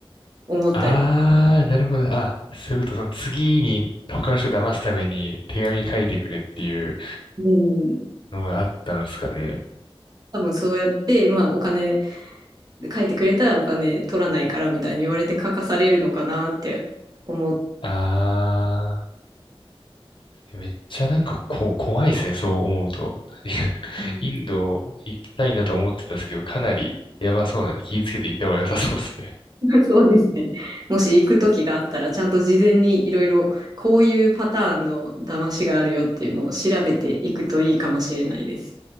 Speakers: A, on the right (about 40°); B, on the left (about 60°).
A: 思ったり、
B: ああ、なるほど。あ、そういうこと、その次に他の人を騙すために手紙書いてくれっていう
A: うん。
B: のがあったんですかね。
A: 多分そうやって、まあお金、書いてくれたらお金取らないからみたいに言われて書かされるのかなって思っ
B: ああ。めっちゃなんかこ、怖いですね、そう思うと。<laughs>
A: う
B: インド行きたいなと思ってたんですけど、かなりやばそうなんで気をつけて行った方が良さそうですね。
A: <laughs> そうですね。もし行く時があったら、ちゃんと事前にいろいろこういうパターンの騙しがあるよっていうのを調べていくといいかもしれないです。